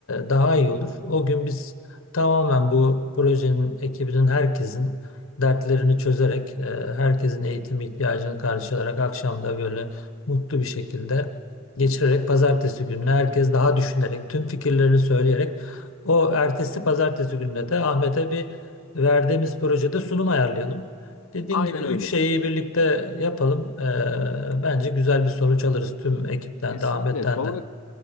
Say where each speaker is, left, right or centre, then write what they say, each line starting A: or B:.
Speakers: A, on the left (about 70°); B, on the left (about 85°).
A: daha iyi olur. O gün biz tamamen bu projenin ekibinin herkesin dertlerini çözerek, e, herkesin eğitim ihtiyacını karşılayarak akşamda böyle mutlu bir şekilde geçirerek pazartesi gününe herkes daha düşünerek, tüm fikirlerini söyleyerek o ertesi pazartesi gününe de Ahmet'e bir verdiğimiz projede sunum ayarlayalım. Dediğin
B: Aynen
A: gibi üç
B: öyle.
A: şeyi birlikte yapalım. Ee, bence güzel bir sonuç alırız tüm ekipten
B: Kesinlikle
A: de Ahmet'ten
B: Tolga
A: de.